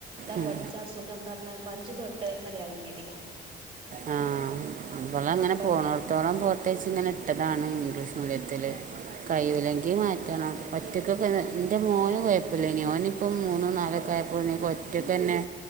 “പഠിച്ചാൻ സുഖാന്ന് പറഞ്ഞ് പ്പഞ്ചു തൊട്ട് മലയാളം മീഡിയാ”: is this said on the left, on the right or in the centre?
Right